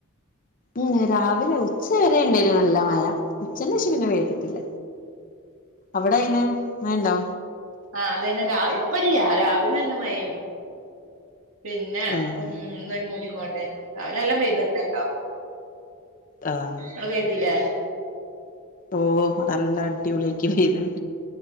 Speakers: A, on the left; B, on the right.
A: ഉം രാവിലെ ഉച്ചവരെ ണ്ടെയിനു നല്ല മഴ ഉച്ചൻ്റെ ശം പിന്നെ പെയ്തിട്ടില്ല
B: <inaudible>
A: അവടെ അയിന് മഴണ്ടോ
B: ആഹ് അത് ന്നെ രാവി ഇപ്പല്ല രാവിലെ നല്ല മഴേന്നു പിന്നെ
A: ആഹ്
B: ഉം ന്നൊരു മൂടി കൊണ്ടന്നെ രാവിലെ നല്ലം പെയ്ത്ക്ക്ണ്ല്ലോ
A: ആഹ്
B: അടെ പെയ്തിലേ?
A: ഓഹ് നല്ല അടിപൊളിയാക്കി പെയ്ത്ണ്